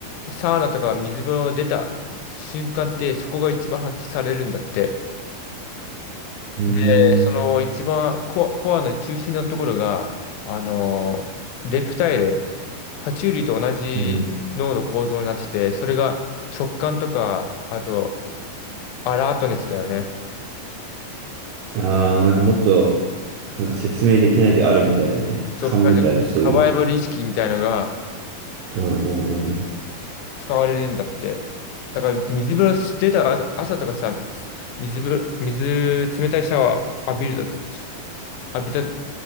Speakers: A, on the left (about 85°); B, on the right (about 85°).
A: サウナとか水風呂出た瞬間ってそこが一番発揮されるんだって。
B: うーん。
A: でその一番コア、コアの中心のところが、あのー、レプタイル、爬虫類と同じ脳の構造になってて、
B: うん
A: それが直感とか、あとアラートネスだよね。
B: ああなんかもっと、なんか説明できないけどあるみたいなね。
A: 直感でサバイバル意識みたいのが
B: 勘みたいな、そういう。うんうんうん。
A: 使われるんだって。だから水風呂出た朝朝とかさ、水風呂、水冷たいシャワー浴びると、浴びた